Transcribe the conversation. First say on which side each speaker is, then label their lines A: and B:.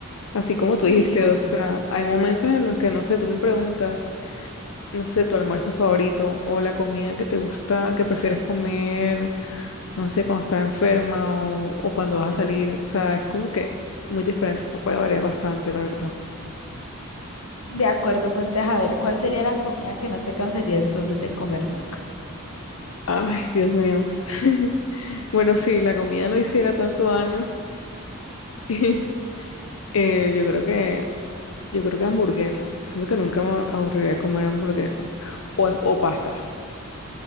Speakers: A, on the left (about 70°); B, on the left (about 85°).
A: Así como tú
B: Sí,
A: dijiste,
B: sí, obvio.
A: o sea, hay momentos en los que, no sé, tú me preguntas, no sé, tu almuerzo favorito o la comida que te gusta, que prefieres comer no sé, cuando estás enferma o, o cuando vas a salir. O sea, es como que muy diferente, o sea, puede variar bastante, la verdad.
B: De acuerdo, ponte a ver cuál sería la comida que no te cansarías entonces de comer nunca.
A: Ay, Dios mío. <laughs> Bueno, sí, la comida no hiciera tanto daño. <laughs> Eh, yo creo que, yo creo que hamburguesa. Yo siento que nunca me aburriría comer hamburguesa o, o pastas.